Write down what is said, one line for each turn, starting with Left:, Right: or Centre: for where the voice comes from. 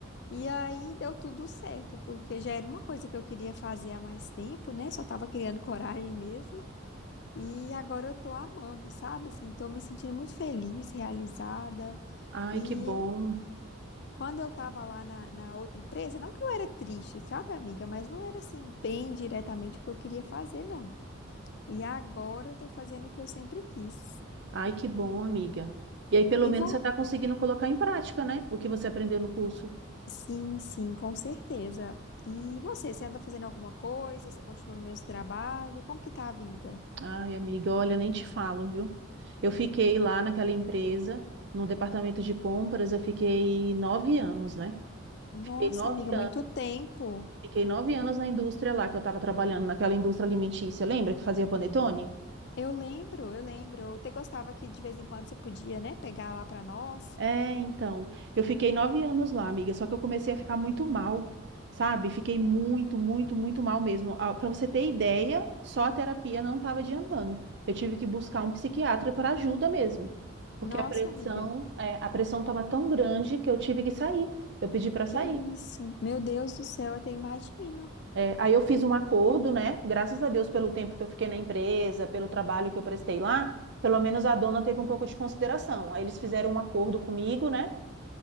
Left: E aí deu tudo certo, porque já era uma coisa que eu queria fazer há mais tempo, né? Só tava criando coragem mesmo. E agora eu tô amando, sabe? Assim, tô me sentindo muito feliz, realizada.
Right: Ai,
Left: E
Right: que bom.
Left: quando eu tava lá na, na outra empresa, não que eu era triste, sabe, amiga? Mas não era assim, bem diretamente o que eu queria fazer, não. E agora eu tô fazendo o que eu sempre quis.
Right: Ai, que bom, amiga. E aí, pelo
Left: E
Right: menos,
Left: vou,
Right: você está conseguindo colocar em prática, né? O que você aprendeu no curso.
Left: sim, sim, com certeza. E você, você anda fazendo alguma coisa? Você continua no mesmo trabalho? Como que tá a vida?
Right: Ai, amiga, olha, nem te falo, viu? Eu fiquei lá naquela empresa, no departamento de compras, eu fiquei nove anos, né?
Left: Nossa,
Right: Fiquei nove
Left: amiga, muito
Right: anos.
Left: tempo.
Right: Fiquei nove anos na indústria lá que eu estava trabalhando, naquela indústria alimentícia. Lembra que fazia panetone?
Left: Eu lembro, eu lembro. Eu até gostava que de vez em quando você podia, né, pegar lá pra nós.
Right: É, então, eu fiquei nove anos lá, amiga, só que eu comecei a ficar muito mal, sabe? Fiquei muito, muito, muito mal mesmo. Para você ter ideia, só a terapia não estava adiantando. Eu tive que buscar um psiquiatra para ajuda mesmo, porque
Left: Nossa,
Right: a pressão,
Left: amiga,
Right: é, a pressão estava tão grande que eu tive que sair. Eu pedi para sair.
Left: que isso? Meu Deus do céu, eu até imagino.
Right: É, aí eu fiz
Left: E-
Right: um acordo, né? Graças a Deus pelo tempo que eu fiquei na empresa, pelo trabalho que eu prestei lá, pelo menos a dona teve um pouco de consideração. Aí eles fizeram um acordo comigo, né?